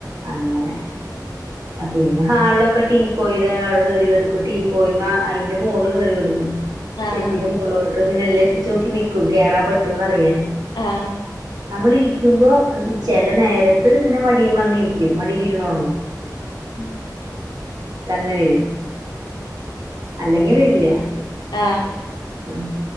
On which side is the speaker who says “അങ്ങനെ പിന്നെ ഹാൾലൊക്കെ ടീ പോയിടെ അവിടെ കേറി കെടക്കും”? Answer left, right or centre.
Right